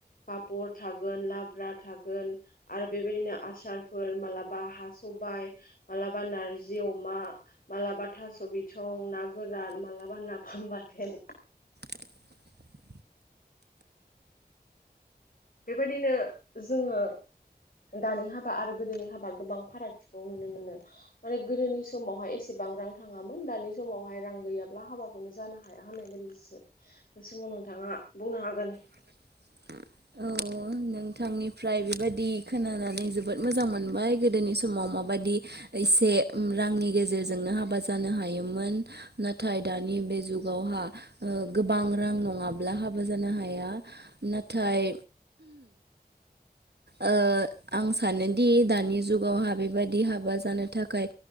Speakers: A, on the left; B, on the right.
A: पापर थागोन लाब्रा थागोन आरो बेबायदिनो आ सारफोर हा सबाय मालाबा नारजि अमा थास बिसं ना गोरान मालाबा नाफाम बाथोन
B: औ
A: बेबायदिनो जोंङो दानि हाबा आरो गोदोनि हाबा गोबां फारागथिखौ नुनो मोनो माने गोदोनि समावहाय एसे बां रां थाङांमोन दानि समावहाय रां गैयाब्ला हाबाखौनो जानो हाया होननाय बायदिसो नोंथांङा बुंनो हागोन
B: औ औ नोंथांनिफ्राय बेबायादि खोनानानै जोबोद मोजां मोनबाय गोदोनि समाव माबादि एसे रांनि गेजेरजोंनो हाबा जानो हायोमोन नाथाय दानि बे जुगावहाव गोबां रां नंङाब्ला हाबा जानो हाया नाथाय औ आं सानोदि दानि जुगावहा बेबायाददि हाबा जानो थाखाय